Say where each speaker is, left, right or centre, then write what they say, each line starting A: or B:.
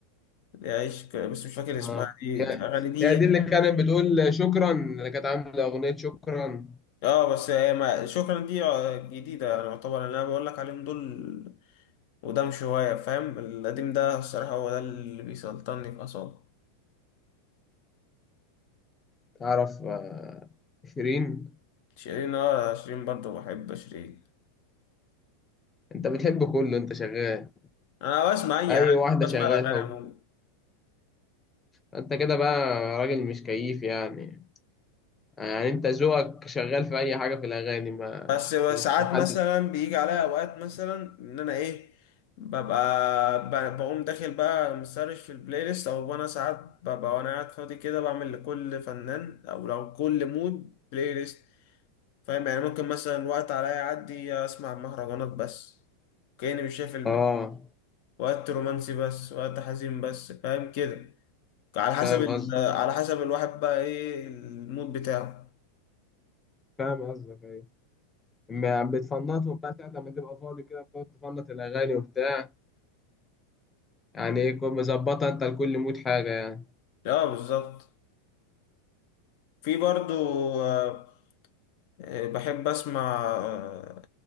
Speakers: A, on the left; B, on the left.
A: اللي هي عيش ك- بس مش فاكر اسمها
B: آه.
A: دي
B: يا
A: الاغاني دي
B: يا
A: يعني.
B: دي اللي كانت بتقول شكرا اللي كانت عاملة أغنية شكرا
A: اه بس هي ما- شكرا دي آه، جديده يعني يعتبر اللي انا بقول لك عليهم دول قدام شوية فاهم القديم ده الصراحة هو ده اللي بيسلطني في أعصابي
B: تعرف آه، شيرين
A: شيرين اه شيرين برضه بحب شيرين
B: أنت بتحب كله أنت شغال
A: أنا بسمع أي
B: أي
A: حاجة
B: واحدة
A: بسمع
B: شغال
A: الأغاني
B: حب
A: عموما
B: أنت كده بقى راجل مش كيف يعني يعني أنت ذوقك شغال في أي حاجة في الأغاني ما
A: بس
B: مش
A: ساعات
B: محدد
A: مثلا بيجي عليا أوقات مثلا إن أنا إيه ببقى ب- بقوم داخل بقى مسرش في البلاي ليست أو أنا ساعات ببقى وأنا قاعد فاضي كده بعمل لكل فنان أو لو كل مود بلاي ليست فاهم يعني ممكن مثلا وقت عليا يعدي أسمع مهرجانات بس كأني مش شايف
B: آه
A: وقت رومانسي بس وقت حزين بس فاهم كده على حسب
B: فاهم
A: ال...
B: قصدك
A: على حسب الواحد بقى ايه المود بتاعه
B: فاهم قصدك أيوة ما بتفنطوا بقى ساعة ما تبقى فاضي كده بتقعد تفنط الأغاني وبتاع يعني إيه كنت مظبطها أنت لكل مود حاجة يعني
A: اه بالظبط في برضو آه، آه، بحب اسمع آه،